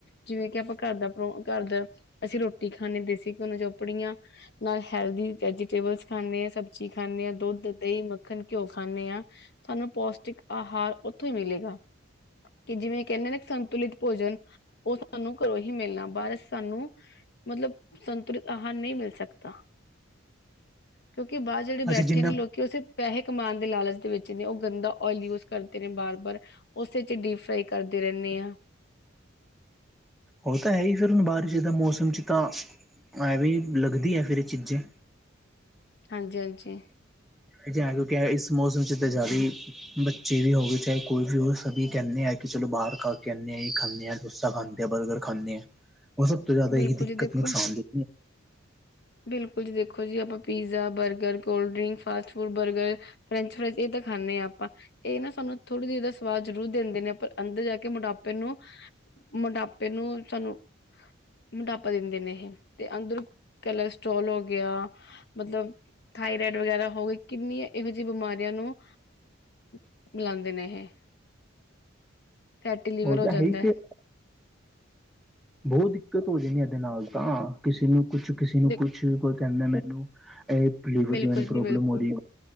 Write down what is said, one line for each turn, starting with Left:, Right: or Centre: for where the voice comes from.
Left: ਜਿਵੇਂ ਕਿ ਆਪਾਂ ਘਰ ਦਾ ਘਰ ਦਾ ਅਸੀਂ ਰੋਟੀ ਖਾਂਦੇ ਦੇਸੀ ਘਯੋ ਦੀ ਚੋਪੜੀਆਂ ਨਾਲ ਹੈਲਦੀ ਵੈਜੀਟੇਬਲਸ ਖਾਂਦੇ ਹਾਂ ਸਬਜ਼ੀ ਖਾਂਦੇ ਹਾਂ ਦੁੱਧ ਦਹੀਂ ਮੱਖਣ ਘਿਓ ਖਾਂਦੇ ਹਾਂ ਸਾਨੂੰ ਪੌਸ਼ਟਿਕ ਆਹਾਰ ਉੱਥੋਂ ਹੀ ਮਿਲੇਗਾ ਕਿ ਜਿਵੇਂ ਕਹਿੰਦੇ ਨੇ ਸੰਤੁਲਿਤ ਭੋਜਨ ਉਹ ਸਾਨੂੰ ਘਰੋਂ ਹੀ ਮਿਲਣਾ ਬਾਦ ਚ ਸਾਨੂੰ ਮਤਲਬ ਸੰਤੁਲਿਤ ਆਹਾਰ ਨਹੀਂ ਮਿਲ ਸਕਦਾ ਕਿਉਂਕਿ ਬਾਹਰ ਜੇਹੜੇ ਬੈਠੇ
Centre: ਅਸੀਂ ਜਿੰਨਾ
Left: ਨੇ ਲੋਕ ਕਿ ਉਸੇ ਪੈਸੇ ਕਮਾਉਣ ਦੇ ਲਾਲਚ ਦੇ ਵਿੱਚ ਨੇ ਉਹ ਗੰਦਾ ਓਇਲ ਯੂਜ ਕਰਦੇ ਨੇ ਬਾਰ-ਬਾਰ ਉਸੇ ਚ ਡੀਪ ਫਰਾਈ ਕਰਦੇ ਰਹਿੰਦੇ ਹਾਂ
Centre: ਉਹ ਤਾਂ ਹੈ ਹੀ ਫਿਰ ਹੁਣ ਬਾਰਿਸ਼ ਦਾ ਮੌਸਮ 'ਚ ਤਾਂ ਐਂਵੇਂ ਹੀ ਲੱਗਦੀ ਹੈ ਫਿਰ ਇਹ ਚੀਜ਼ੇ
Left: ਹਾਂਜੀ-ਹਾਂਜੀ
Centre: ਕਿਉਂਕਿ ਇਸ ਮੌਸਮ ਚ ਤਾਂ ਜ਼ਿਆਦੀ ਬੱਚੇ ਵੀ ਹੋ ਗਏ ਚਾਹੇ ਕੋਈ ਵੀ ਹੋ ਸਬੀ ਕਹਿਣੇ ਆ ਕਿ ਚਲੋ ਬਾਹਰ ਖਾਕੇ ਆਨੇ ਆ ਖਾਂਦੇ ਹਾਂ ਡੋਸਾ ਖਾਣੇ ਆ ਬਰਗਰ ਖਾਣੇ ਆ ਉਹ ਸਭ ਤੋਂ ਜ਼ਿਆਦਾ
Left: ਬਿਲਕੁਲ
Centre: ਇਹੀ ਦਿੱਕਤ
Left: ਜੀ ਦੇਖੋ
Centre: ਨੁਕਸਾਨ ਦੀ
Left: ਬਿਲਕੁਲ ਜੀ, ਦੇਖੋ ਜੀ ਆਪਾਂ pizza, burger cold drink, fast food burger french fries ਇਹ ਤਾਂ ਖਾਂਦੇ ਹਾਂ ਆਪਾਂ ਇਹ ਨਾ ਸਾਨੂੰ ਥੋੜ੍ਹੀ ਜਿਹੀ ਦਾ ਸਵਾਦ ਜ਼ਰੂਰ ਦਿੰਦੇ ਹਾਂ ਪਰ ਅੰਦਰ ਜਾ ਕੇ ਮੋਟਾਪੇ ਨੂੰ ਮੋਟਾਪੇ ਨੂੰ ਸਾਨੂੰ ਮੋਟਾਪਾ ਦਿੰਦੇ ਨੇ ਇਹ ਤੇ ਅੰਦਰ ਕਲਸਟੋ੍ਰਲ ਹੋ ਗਿਆ ਮਤਲਬ ਥਾਇਰਾਡ ਵਗੈਰਾ ਹੋਵੇ ਕਿ ਕਿੰਨੀਆਂ ਇਹੋ ਜਿਹੀ ਬਿਮਾਰੀਆਂ ਨੂੰ
Centre: <inaudible>
Left: <unintelligible> ਨੇ ਇਹ ਫੈਟੀ ਲਿਵਰ
Centre: ਉਹ
Left: ਹੋ
Centre: ਤਾਂ ਹੈ
Left: ਜਾਂਦਾ।
Centre: ਹੀ ਫਿਰ ਬਹੁਤ ਦਿੱਕਤ ਹੋ ਜਾਂਦੀ ਇਹਦੇ ਨਾਲ ਤਾਂ ਕਿਸੇ ਨੂੰ ਕੁਛ ਕਿਸੇ ਨੂੰ
Left: ਬਿ
Centre: ਕੁਛ ਕੋਈ ਕਹਿੰਦੇ ਮੈਨੂੰ ਏ ਪੀਲੀਵਰ
Left: ਬਿਲਕੁਲ
Centre: ਚ ਪ੍ਰੋਬਲਮ
Left: ਜੀ ਬਿਲਕੁਲ
Centre: ਹੋ ਰਹੀ